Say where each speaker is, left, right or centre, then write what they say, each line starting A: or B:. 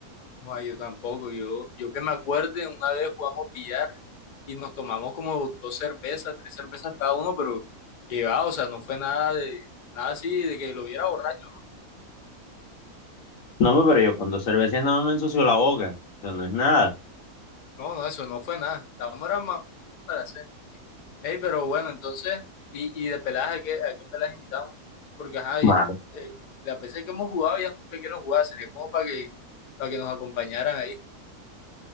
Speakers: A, on the left; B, on the left.
A: No, yo tampoco. Yo, yo que me acuerde, una vez jugamos billar y nos tomamos como dos cervezas, tres cervezas cada uno, pero que va, o sea, no fue nada de, nada así de que lo viera borracho, ¿no?
B: No, hombre, pero yo con dos cervezas nada más me ensució la boca, eso no es nada.
A: No, no, eso no fue nada. Estábamos era más para hacer. Ey, pero bueno, entonces, y, y de peladas, ¿a qué, a qué peladas invitamos? Porque ajá,
B: Ma-
A: y, eh, las veces que hemos jugado ya no sé qué jugar, sería como para que, para que nos acompañaran ahí.